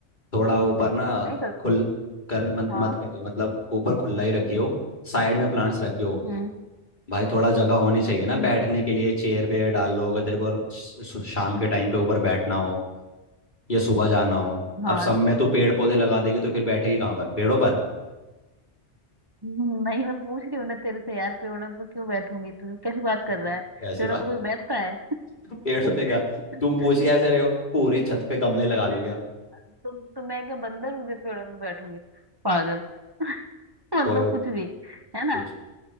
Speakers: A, on the left; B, on the right.
A: थोड़ा ऊपर ना
B: नहीं कर
A: खुल
B: लूँ
A: कर मत
B: हाँ
A: मत करिए मतलब ऊपर खुला ही रखियो साइड में प्लांट्स रखियो
B: हम्म
A: भाई थोड़ा जगह होनी चाहिए ना
B: हम्म
A: बैठने के लिए चेयर पे डाल लो अगर तेरे को श- श- शाम के टाइम पे ऊपर बैठना हो या सुबह जाना हो
B: हाँ
A: अब सब में तू पेड़ पौधे लगा देगी तो फिर बैठेगी कहाँ पर पेड़ों पर
B: हम्म, नहीं मैं पूछ रही हूँ ना तेरे से यार पेड़ों पर क्यों बैठूंगी तू कैसी बात
A: <laughs>
B: कर रहा है
A: ऐसी
B: पेड़ों
A: बात
B: पर कोई बैठता है
A: <laughs> पेड़ों पे क्या
B: <laughs>
A: तुम पूछिए ऐसे रहे हो पूरी छत पे गमले लगा
B: मैं
A: लो क्या
B: तुम तो मैं क्या बंदर हूँ जो पेड़ों पे बैठूंगी पागल <laughs> मतलब
A: कोई
B: कुछ भी है ना
A: कुछ